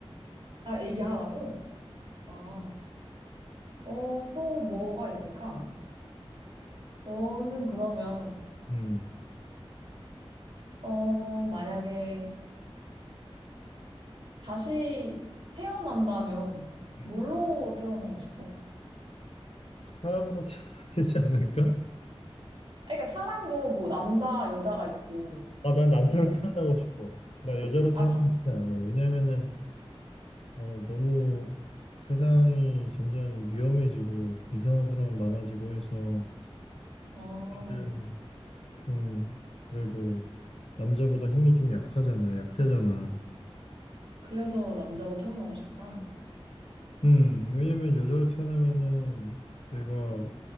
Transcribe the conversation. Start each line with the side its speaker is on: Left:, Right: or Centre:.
Right: 아, 얘기하라고? 아, 어, 또 뭐가 있을까? 너는 그러면
Left: 음,
Right: 어, 만약에 다시 태어난다면
Left: 음.
Right: 뭘로 태어나고 싶어?
Left: 사람으로 태어나야 되지 않을까?
Right: 그러니까 사람도 뭐 남자, 여자가 있고
Left: 아, 난 남자로
Right: 뭐
Left: 태어나고 싶어. 나 여자로
Right: 아,
Left: 태어나지
Right: 다.
Left: 않아. 왜냐면은 어, 너무 세상이 점점 위험해지고 이상한 사람 많아지고 해서
Right: 아,
Left: 는좀 그래도 남자보다 힘이 좀 약하잖아, 약자잖아.
Right: 그래서 남자로 태어나고 싶다.
Left: 음, 왜냐면 여자로 태어나면은 내가